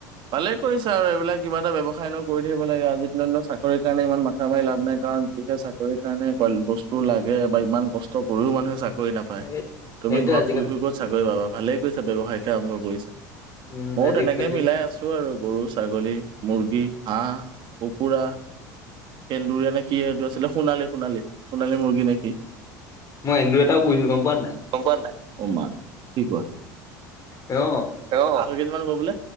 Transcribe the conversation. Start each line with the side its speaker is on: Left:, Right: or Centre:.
Right: পালে কৰিছে আৰু এইবিলাক কিবা এটা ব্যৱসায় নো কৰি থৰি লাগে আজিৰ দিনত চাকৰি কাৰণে ইমান মাথা মাৰি লাভ নাই কাৰণ যিহে চাক চাকৰিৰ কাৰণে কোৱ বস্তু লাগে বা ইমান কষ্ট কৰিও মানুহে চাক কৰি নাপায়
Left: সেই
Right: তুমি
Left: সেইটোৱে
Right: ঘৰত
Left: আজিকালি
Right: শুই শুই ক'ত ছাগলৰি পাবা ভালে ্য়ৱসায়ে আৰম্ভ কৰিছা
Left: উম
Right: ময়ো
Left: আজিকালি
Right: তেনেকে মিলাই খাই আছো আৰু গৰু ছাগলী মুৰ্গী হাঁহ কুকুৰা েন্দুুৰ নে কি এই আছিল সোণালী সোণালী সোণালী মুৰ্গী নেকি
Left: মইন্দুৰ এটাও প়িো গম পোৱা নাই
Right: কপ োৱা
Left: অ
Right: অ আ কেই মান হব বোলে